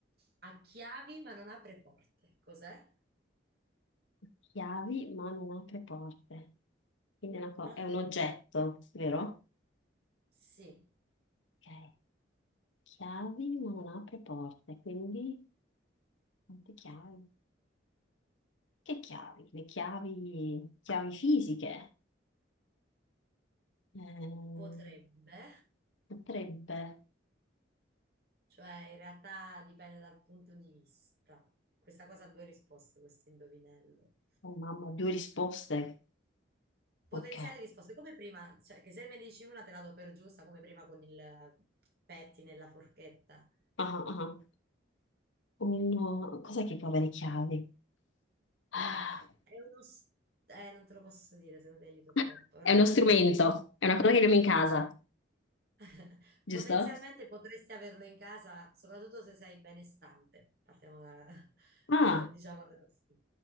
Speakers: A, on the right (about 55°); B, on the left (about 80°).
A: ha chiavi ma non apre porte, cos'è?
B: Chiavi, ma non apre porte. Quindi è, una co-
A: Ah,
B: è un oggetto, vero?
A: Sì,
B: Ok. Chiavi ma non apre porte, quindi quante chiavi? Che chiavi? Le chiavi, chiavi fisiche. Ehm,
A: potrebbe,
B: potrebbe.
A: cioè in realtà dipende dal punto di vista. Questa cosa ha due risposte, questo indovinello.
B: Oh mamma, due risposte.
A: Potenziali
B: Ok.
A: risposte, come prima, cioè che se me ne dici una te la do per giusta, come prima con il petti nella forchetta.
B: Ah, ah. Uno... Cos'è che può avere chiavi? Ah.
A: È uno... s- Eh, non te lo posso dire se non ti aiuto troppo.
B: <laughs>
A: È una
B: È uno
A: cosa
B: strumento,
A: che
B: è una cosa che abbiamo in casa,
A: <laughs>
B: giusto?
A: potenzialmente potresti averlo in casa, soprattutto se sei benestante. Partiamo da, <laughs>
B: Ah,
A: diciamo da questo.